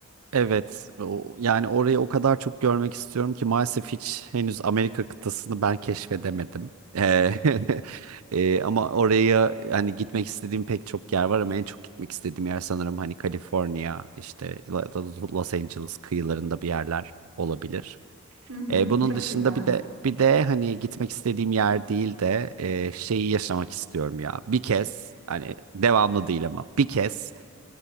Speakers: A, on the right (about 85°); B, on the right (about 65°).
A: Evet, o, yani orayı o kadar çok görmek istiyorum ki maalesef hiç henüz Amerika kıtasını ben keşfedemedim. Ee, <laughs> e, ama oraya hani gitmek istediğim pek çok yer var ama en çok gitmek istediğim yer sanırım hani Kaliforniya işte La- La- Los Angeles kıyılarında bir yerler olabilir.
B: Hı hı,
A: Ee, bunun
B: çok
A: dışında
B: güzel.
A: bir de bir de hani gitmek istediğim yer değil de e, şeyi yaşamak istiyorum ya. Bir kez hani devamlı değil ama bir kez